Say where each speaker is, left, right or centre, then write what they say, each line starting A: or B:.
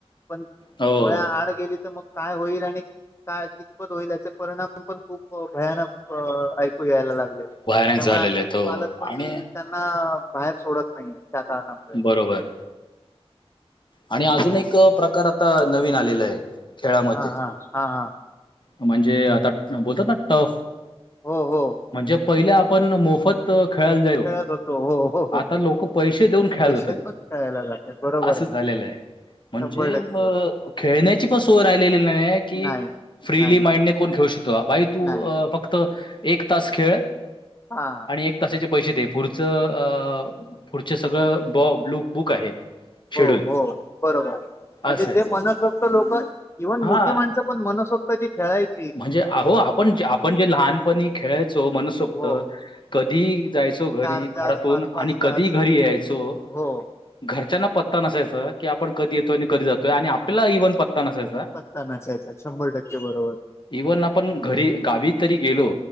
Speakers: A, on the left (about 25°); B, on the left (about 50°).
A: पण-
B: हो.
A: डोळ्याआड गेली तर मग काय होईल आणि- काय कितपत होईल? याचे परिणाम पण खूप भयानक ऐकू यायला लागलेत.
B: भयानक
A: त्यामुळे
B: झालेले
A: आजकालचे
B: आहेत हो
A: पालक पण
B: आणि
A: त्यांना बाहेर सोडत नाहीय. त्या कारणामुळे.
B: बरोबर. आणि अजून एक प्रकार आता नवीन आलेला आहे. खेळामध्ये.
A: हा हा हा हा.
B: म्हणजे आता बोलतात ना टर्फ?
A: हो हो
B: म्हणजे पहिले आपण मोफत- खेळायला जायलो.
A: खेळत होतो हो हो हो
B: आता लोक पैसे देऊन खेळाय
A: पैसे
B: ला जातायेत.
A: देऊन खेळायला जातात बरोबर
B: असं झालेलं आहे. म्हणजे
A: शंभर टक्के बरोबर
B: अ खेळण्याची पण सोय राहिलेली नाही कि.
A: नाही
B: फ्रीली
A: नाही नाही
B: माइंडने कोण खेळू शकतो बाई तू
A: नाही
B: फक्त एक तास खेळ.
A: हा.
B: आणि एक तासाचे पैसे दे पुढचं, पुढच सगळं बॉब बुक आहे.
A: हो
B: शेड्यूल
A: हो बरोबर म्हणजे
B: असं आहे
A: ते म्हनततं लोक इव्हन मोठी
B: हा
A: माणसं. पण मनसोक्त ज खेळायच.
B: म्हणजे आहो आपण, आपण जे लहानपणी खेळायचो मनसोक्त.
A: हो
B: कधी जायचो घरी
A: चार चार
B: घरातून
A: पाच पाच
B: आणि कधी
A: तास
B: घरी यायचो.
A: हो
B: घरच्यांना पत्ता नसायचा की आपण कधी येतोय आणि कधी जातोय आणि आपल्याला इव्हन पत्ता नसायचा.
A: शंभर टक्के बरोबर.
B: इव्हन आपण घरी गावी तरी गेलो